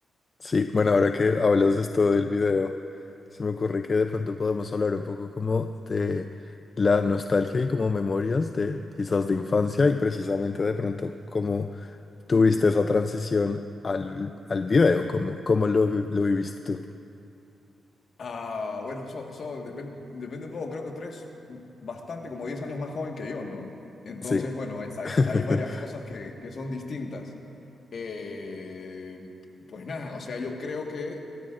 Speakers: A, on the left; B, on the left.
A: Sí, bueno, ahora que hablas de esto del video, se me ocurre que de pronto podemos hablar un poco como de la nostalgia y como memorias de quizás de infancia y precisamente de pronto cómo tuviste esa transición al, al video, cómo, cómo lo, vi- lo viviste tú.
B: Ah, bueno, eso, eso depen- depende un poco, creo que tú eres bastante, como 10 años más joven que yo, ¿no? Entonces,
A: Sí.
B: bueno, hay, hay-
A: <laughs>
B: hay varias cosas que, que son distintas. Eh, pues nada, o sea, yo creo que...